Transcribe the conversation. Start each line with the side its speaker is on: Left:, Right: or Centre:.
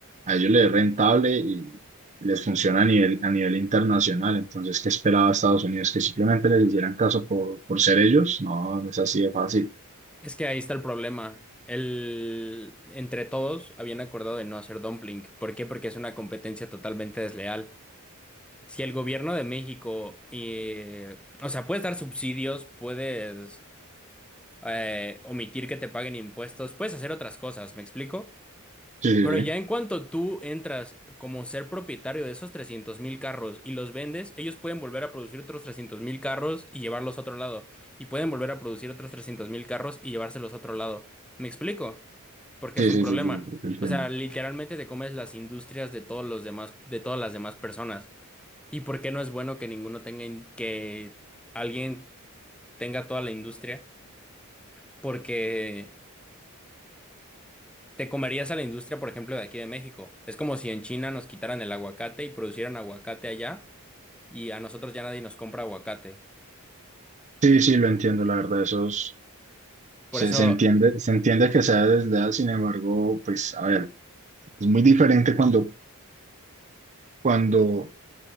Right: A ellos les es rentable y les funciona a nivel, a nivel internacional. Entonces, ¿qué esperaba Estados Unidos? ¿Que simplemente les hicieran caso por, por ser ellos? No, no es así de fácil.
Centre: Es que ahí está el problema. El... Entre todos habían acordado de no hacer dumpling. ¿Por qué? Porque es una competencia totalmente desleal. Si el gobierno de México, eh, o sea, puedes dar subsidios, puedes eh, omitir que te paguen impuestos, puedes hacer otras cosas, ¿me explico?
Right: Sí, sí,
Centre: Pero ya
Right: sí.
Centre: en cuanto tú entras como ser propietario de esos trescientos mil carros y los vendes, ellos pueden volver a producir otros trescientos mil carros y llevarlos a otro lado. Y pueden volver a producir otros trescientos mil carros y llevárselos a otro lado. ¿Me explico? Porque
Right: Sí,
Centre: es un
Right: sí,
Centre: problema.
Right: sí, sí, sí, lo entiendo.
Centre: O sea, literalmente te comes las industrias de todos los demás, de todas las demás personas. ¿Y por qué no es bueno que ninguno tenga, in- que alguien tenga toda la industria? Porque ¿Te comerías a la industria, por ejemplo, de aquí de México? Es como si en China nos quitaran el aguacate y producieran aguacate allá y a nosotros ya nadie nos compra aguacate.
Right: Sí, sí, lo entiendo, la verdad, esos
Centre: Por
Right: Se,
Centre: eso,
Right: se entiende, se entiende que sea desleal, sin embargo, pues a ver, es muy diferente cuando, cuando